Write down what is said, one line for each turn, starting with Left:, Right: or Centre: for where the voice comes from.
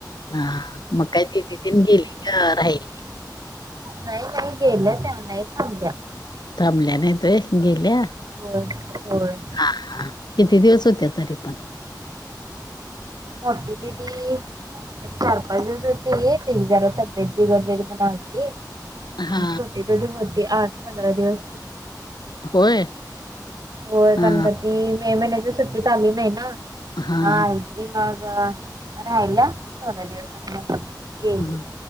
Left: हा मग काय ती तिथन गेली का राहिली.
Right: नाही नाही गेल्या त्या नाही थांबल्या.
Left: थांबल्या नाही तुय गेल्या.
Right: होय होय.
Left: हा किती दिवस होते तरी पण?
Right: मोठ्ठी दिदी. एक, चार, पाच दिवस होते तेजी जरा तब्येत बिघडलेली म्हणावती. आणि
Left: हा
Right: छोटी दीदीहोती आठ पंधरा दिवस.
Left: होय
Right: होय
Left: हा
Right: गणगती मे महिन्याच्या सुट्टीत आली नाही ना
Left: हा
Right: ऊ मग राहयला थोड्या दिवसा मग गेले.
Left: हा